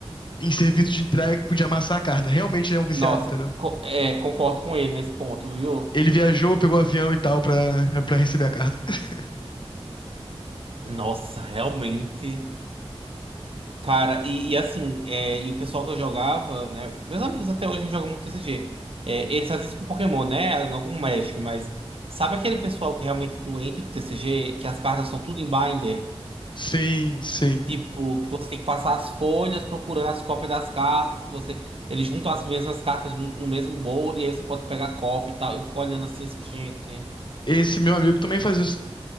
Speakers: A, on the left; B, on the right.
A: em serviço de entrega que podia amassar a carta. Realmente ele é um viciado,
B: Nossa,
A: entendeu?
B: co- é, concordo com ele nesse ponto, viu?
A: Ele viajou, pegou o avião e tal pra, pra receber a carta. <laughs>
B: Nossa, realmente. Cara, e, e assim, é, e o pessoal que eu jogava, né? Meus amigos até hoje a gente joga muito TCG. É, eles fazem isso com Pokémon, né? Não com Magic, mas sabe aquele pessoal que é realmente doente do TCG, que as cartas são tudo em binder?
A: Sim, sim.
B: Tipo, que você tem que passar as folhas procurando as cópias das cartas, que você. Eles juntam as mesmas cartas no, no mesmo bolo, e aí você pode pegar cópia e tal. Eu fico olhando assim, assim, gente.
A: Esse meu amigo também faz isso.